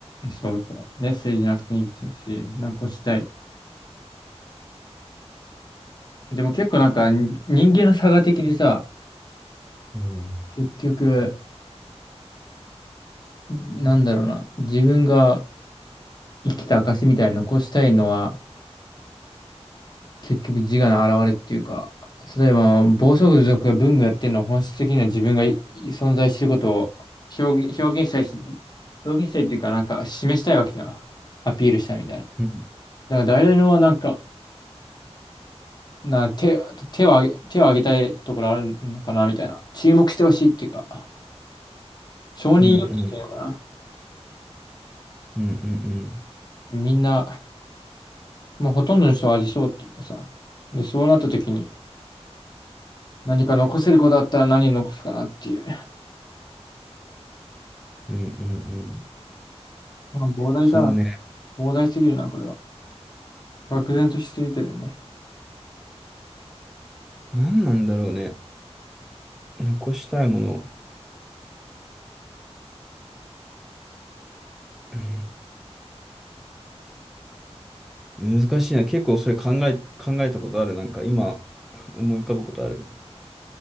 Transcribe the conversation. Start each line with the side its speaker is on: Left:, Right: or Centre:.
Left: そうそう。メッセージなくていいし、なんかこうしたい。でも結構なんかに人間の差が的にさ、
Centre: うん。
Left: 結局、なんだろうな、自分が生きた証みたいに残したいのは、結局自我の表れっていうか、例えば暴走族が文武やってるのは本質的には自分がい存在してることを表現、表現したいし、表現したいっていうかなんか示したいわけじゃん。アピールしたいみたいな。だか
Centre: うん
Left: ら誰でもなんかな、手、手を挙げ、手を挙げたいところあるのかなみたいな。注目してほしいっていうか、承認欲求というのかな。
Centre: うんうんうんうん
Left: みんな、もうほとんどの人はありそうっていうかさ。で、そうなった時に、何か残せる子だったら何を残すかなっていう。
Centre: うんうんうんうん
Left: まあ、膨大かな。
Centre: そうね。
Left: 膨大すぎるな、これは。漠然としすぎてるよね。
Centre: 何なんだろうね。残したいもの。うん難しいな。結構それ考え、考えたことある。なんか今思い浮かぶことある。